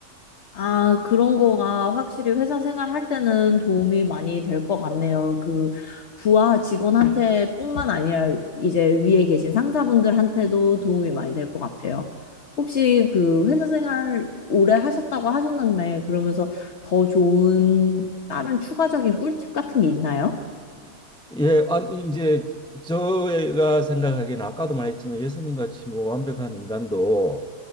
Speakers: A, on the left; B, in the centre.
A: 아, 그런 거가 확실히 회사 생활할 때는 도움이 많이 될 것 같네요. 그 부하 직원한테뿐만 아니라 이제 위에 계신 상사분들한테도 도움이 많이 될 것 같아요. 혹시 그 회사 생활 오래 하셨다고 하셨는데 그러면서 더 좋은 다른 추가적인 꿀팁 같은 게 있나요?
B: 예, 아니 이제 저희가 생각하기에는 아까도 말했지만 예수님 같이 뭐 완벽한 인간도